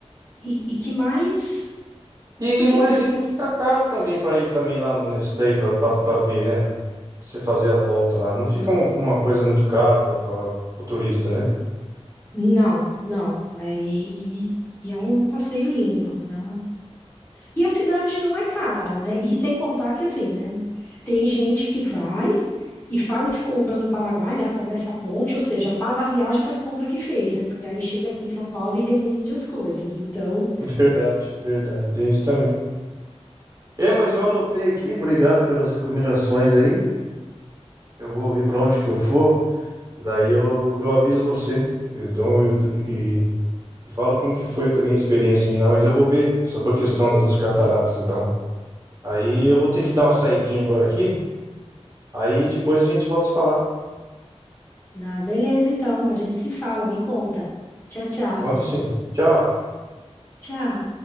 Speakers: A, on the left (about 20°); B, on the right (about 35°).
A: e, e que mais,
B: E,
A: assim,
B: e não é,
A: se-
B: e não fica caro também para ir também lá no- nesse daí para ver, né? Pra você fazer a volta lá. Não fica uma, uma coisa muito cara para o turista, né?
A: não, não. É, e, e- e é um passeio lindo, né? E a cidade não é cara, né? E sem contar que, assim, né? Tem gente que vai e faz compra no Paraguai, né? Atravessa a ponte, ou seja, paga a viagem com as compras que fez, né? Porque aí chega aqui em São Paulo e revende as coisas. Então,
B: <laughs> Verdade, verdade. Tem isso também. É, mas eu anotei aqui, obrigado pelas recomendações aí. Eu vou ver para onde que eu for, daí eu, eu aviso você. Eu dou e, e, e falo como que foi também a experiência minha lá, mas eu vou ver sobre a questão das, das cataratas, então. Aí eu vou ter que dar uma saidinha agora aqui, aí depois a gente volta a se falar.
A: Não, beleza, então, a gente se fala, me conta. Tchau, tchau.
B: Conto sim. Tchau.
A: Tchau.